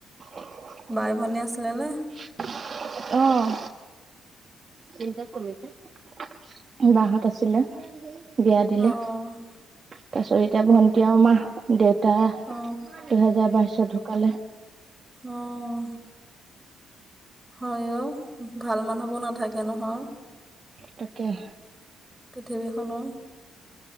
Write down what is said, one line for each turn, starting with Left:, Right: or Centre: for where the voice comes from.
Right: অ অ অ।
Centre: বাই-ভনী আছিলে নে।
Right: সি অ অ অ, অ অ অ চিন্তা কমিছে। ঠক বাহঁত আছিলে বেয়াটো তো লাগিই আছে। বিয়া দিলে
Centre: অ অ
Right: তাৰপিছত এতিয়া ভণ্টি আৰু মাহ দেউতা।
Centre: অ
Right: দুহেজাৰ বাইশত ঢুকালে।
Centre: অ অ অ অ। হয় অ ভাল মানুহবোৰ নাথাকে নহয়।
Right: তাকেহ।
Centre: পৃথিৱীখনৰ